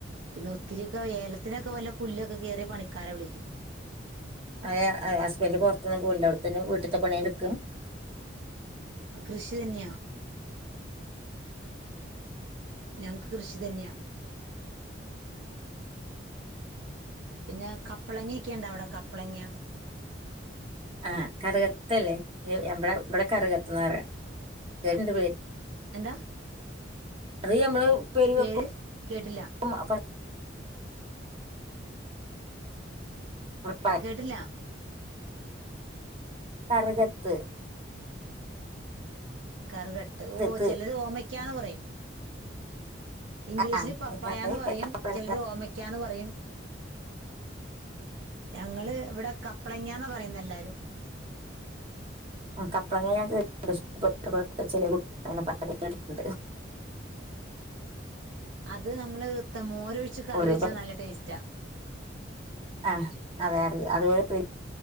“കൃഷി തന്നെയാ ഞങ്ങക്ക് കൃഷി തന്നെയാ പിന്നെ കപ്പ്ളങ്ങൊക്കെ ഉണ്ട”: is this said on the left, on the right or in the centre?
Right